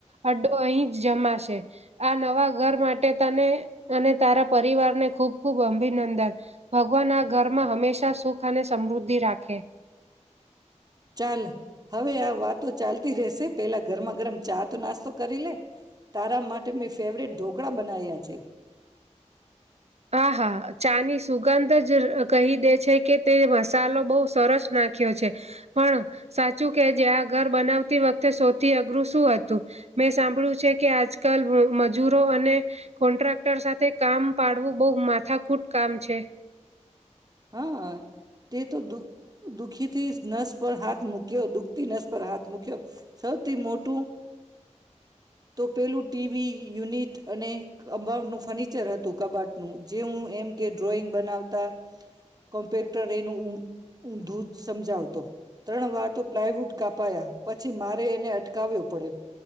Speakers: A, on the right; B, on the right.
A: હડો અહીં. જમાશે આ નવા ઘર માટે તને અને તારા પરિવારને ખૂબ ખૂબ અભિનંદન ભગવાન આ ઘરમાં હંમેશા સુખ અને સમૃદ્ધિ રાખે.
B: ચાલ હવે આ વાતો ચાલતી રહેશે પહેલા ગરમા ગરમ ચા તો નાસ્તો કરી લે તારા માટે મેં ફેવરેટ ઢોકળા બનાવ્યા છે.
A: આ હા ચાની સુગંધ જ કહી દે છે કે તે મસાલો બહુ સરસ નાખ્યો છે પણ સાચું કે જે આ ઘર બનાવતી વખતે સૌથી અઘરું શું હતું મેં સાંભળ્યું છે કે આજકાલ મજૂરો અને કોન્ટ્રાક્ટર સાથે કામ પાડવું બોહ માથાકૂટ કામ છે.
B: હા તે તો દુ દુઃખી થી નસ પર હાથ મૂક્યો દુઃખ થી નસ પર હાથ મૂક્યો સૌથી મોટું તો પેલું ટી વી યુનિટ અને કમ્બાઉન્ડનું ફર્નિચર હતું કબાટનું જે હું એમ કે ડ્રોઈંગ બનાવતા કોમ્પ્યુટર એનું ઉ દૂધ સમજાવતો ત્રણ વાર તો પ્લાયવુડ કાપાયા પછી મારે એને અટકાવ્યો પડ્યો